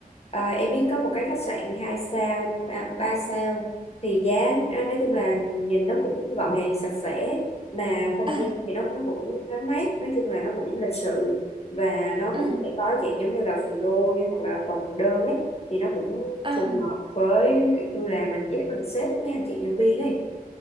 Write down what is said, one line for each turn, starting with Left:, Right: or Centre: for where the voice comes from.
Left: à, em biết có một cái khách sạn 2 sao ba ba sao thì giá à, nói chung là nhìn nó cũng gọn gàng sạch sẽ mà không
Right: À,
Left: gian thì nó nó cũng thoáng mát nói chung là nó cũng lịch sự và nó
Right: à,
Left: cũng sẽ có dạng giống như là phòng đôi hoặc là phòng đơn ấy thì nó cũng
Right: à,
Left: phù hợp với kiểu như là mình dễ mình xếp mấy anh chị nhân viên ấy